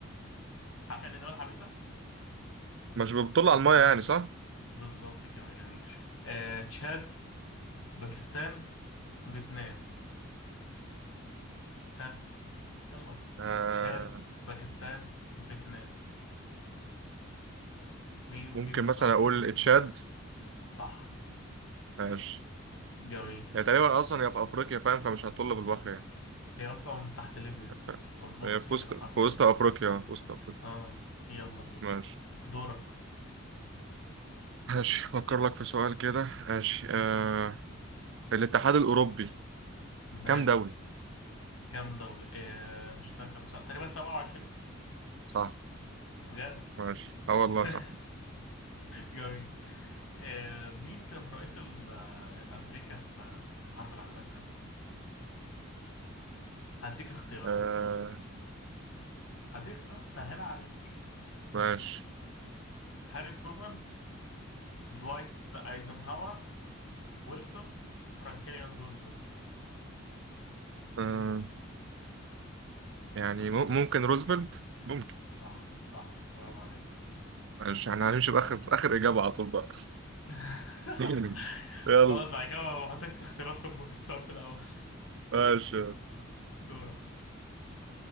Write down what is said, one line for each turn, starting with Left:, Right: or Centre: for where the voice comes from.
Left: عارف يعني إيه دولة حبيسة
Right: مش بتطل على المية يعني صح؟
Left: بالظبط كده جميل آه، تشاد باكستان فيتنام ها يلا
Right: آه
Left: تشاد باكستان فيتنام مين
Right: ممكن
Left: فيهم
Right: مثلا
Left: دولة
Right: أقول
Left: حبيبي
Right: تشاد
Left: صح
Right: ماشي
Left: جميل
Right: هي تقريبا أصلا هي في أفريقيا فاهم فمش هتطل بالبحر يعني
Left: هي أصلا من تحت ليبيا
Right: ف...
Left: في النص
Right: هي في
Left: كده
Right: وسط
Left: حرفيا
Right: في وسط أفريقيا في وسط أفريقيا
Left: اه يلا بينا
Right: ماشي
Left: دورك
Right: ماشي أفكر لك في سؤال كده ماشي آه... الاتحاد الأوروبي
Left: ماله
Right: كام دولة؟
Left: كام دولة آه مش فاكر بس تقريبا 27
Right: صح
Left: بجد
Right: ماشي اه والله
Left: <laughs>
Right: صح
Left: جميل آه مين كان رئيس ال- آه، أمريكا في في الحرب العالمية التانية هديك اختيارات
Right: آه
Left: هديك سهلة عليك
Right: ماشي
Left: هاري ترومان دوايت ايزنهاور ويلسون فرانكلين روزفلت
Right: آه يعني مم- ممكن روزفلت ممكن
Left: صح صح برافو عليك
Right: ماشي احنا هنمشي بآخر بآخر إجابة على طول بقى
Left: <laughs>
Right: <laughs> يلا
Left: خلاص بعد كده بحطك اختيارات في النص أو في الاول
Right: ماشي
Left: <laughs> دورك